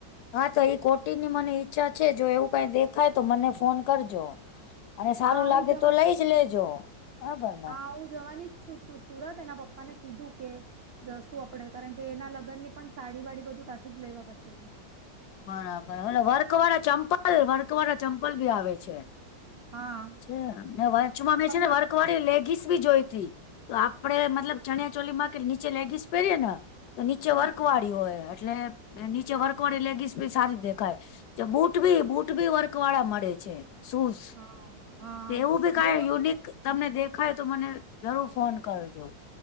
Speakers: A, on the left; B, on the right.
A: હા તો ઈ કોટીની મને ઈચ્છા છે જો એવું કઈ દેખાય તો મને ફોન કરજો. અને સારું
B: હા
A: લાગે
B: હું જવા
A: તો લઈ જ લેજો બરાબર ને.
B: હા હું જવાની છું સુરત એના પપ્પા ને કીધું કે. જશું આપડે કારણ કે એના લગ્ન ની પણ સાડી વાડી બધું ત્યાંથી જ લેવા પાચી હો.
A: બરાબર ઓલા વર્ક વાળા ચંપલ વર્ક વાળા ચંપલ બી આવે છે.
B: હા
A: છે વર્ચમાં મે છે
B: અમે
A: ને વર્ક વાળી લેગીસ બી જોઈતી. તો આપડે મતલબ ચણિયા ચોલી માં કે નીચે લેગીસ પહેરીએ ને તો નીચે
B: હા
A: વર્ક વાળી હોય. એટલે નીચે વર્કવાળી લેગીસ બી સારી દેખાય. બુટ બી બુટ બી વર્ક વાળા મળે છે શૂઝ.
B: હા હા.
A: એવું બી કઈ
B: બોલ
A: યુનિક તમને દેખાય તો મને જરૂર ફોન કરજો.